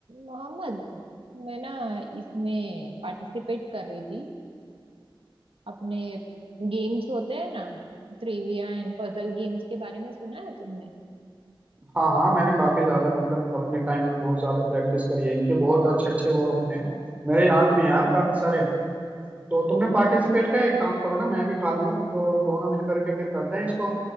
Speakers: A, on the right (about 85°); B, on the right (about 15°).
A: मोहम्मद मैं ना इसमें पार्टिसिपेट कर रही थी अपने गेम्स होते हैं ना ट्रिविया एंड पजल गेम्स के बारे में सुना है तुमने
B: हाँ हाँ मैंने काफी ज्यादा मतलब अपने टाइम में बहुत ज्यादा प्रैक्टिस करी है इनके बहुत अच्छे अच्छे वो होते हैं मेरे याद भी हैं यार काफी सारे तो तुमने पार्टिसिपेट किया एक काम करो ना मैं भी खा लूँ तो दोनों मिलकर के फिर करते हैं इसको